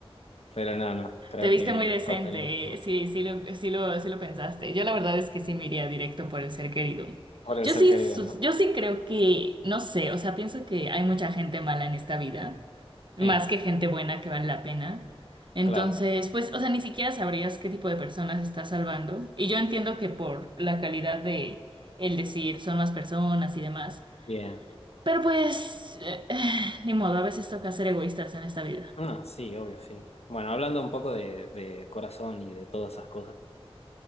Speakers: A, on the left; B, on the right.
A: pero no, no, creo
B: Te viste
A: que
B: muy decente,
A: costaría mucho más.
B: eh, Sí, sí lo, sí lo, sí lo pensaste. Yo la verdad es que sí me iría directo por el ser querido.
A: Por el
B: Yo
A: ser
B: sí,
A: querido,
B: sus-
A: ¿no?
B: yo sí creo que, no sé, o sea, pienso que hay mucha gente mala en esta vida, más
A: Eh,
B: que gente buena que vale la pena. Entonces,
A: claro,
B: pues, o sea, ni siquiera sabrías qué tipo de personas estás salvando. Y yo entiendo que por la calidad de el decir son más personas y demás.
A: bien.
B: Pero pues, eh, eh, ni modo, a veces toca ser egoístas en esta vida.
A: No, sí, obvio, sí. Bueno, hablando un poco de, de corazón y de todas esas cosas,